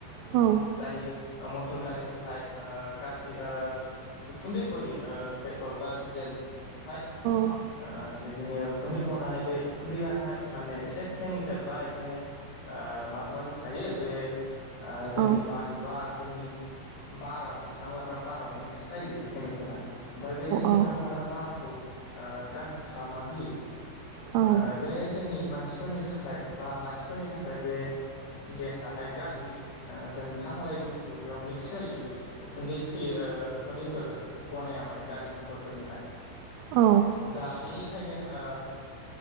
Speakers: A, on the right; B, on the left.
A: औ
B: दायो <unintelligible> फोर गारिनिफ्राय ओ गाज्रि ओ उखुन्दै गयो ओ पेट्रल बा डिजेल इनिफाय ओ
A: औ
B: इदिनो - उखुन्दै गनानै बे उखुन्दैयाहाय माने एसे केमिकेल बा इदिनो ओ माबा माबि थायो बे ओ जोंनि
A: औ
B: बायुआ जोंनि बाराव जों हां लाग्रा बाराव मि क्स जायो बे केमिकेला ओमफाय बे जोंनि
A: औ
B: हां लाग्रा बारखौ ओ गारजि खालामना होयो। ओ
A: औ
B: बे जोंनि मानसिफोरनि थाखाय बा मानसिफोरनि थाखाय बे गेसाहाय गाज्रि ओ जों हांलाय जिथु बेयाव मिक्स जायो बे उखुन्दै फैयो। ओ उखुन्दैफोर गनाया माने गारि मथरफोरनिफ्राय।
A: औ
B: दा बेनिखायनो ओ